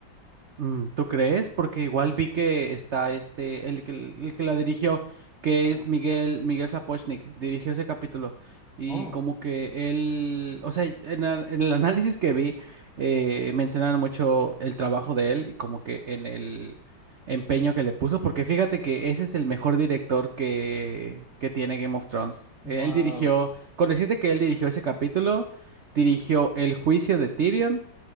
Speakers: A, on the right (about 80°); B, in the centre.
A: Mm, ¿Tú crees? Porque igual vi que está este, el que, el que la dirigió, que
B: Ajá.
A: es Miguel, Miguel Sapochnik, dirigió ese capítulo. Y
B: Oh,
A: como que él, o sea, en el, en el análisis que vi, eh, mencionan mucho el trabajo de él y como que en el empeño que le puso, porque fíjate que ese es el mejor director que, que tiene Game of Thrones.
B: wow.
A: Eh, Él dirigió, con decirte que él dirigió ese capítulo, dirigió El juicio de Tyrion.